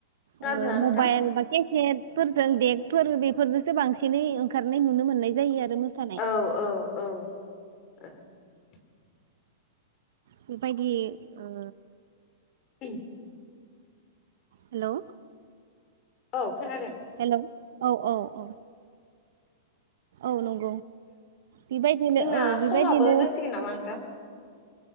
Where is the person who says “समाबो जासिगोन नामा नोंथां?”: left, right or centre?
Left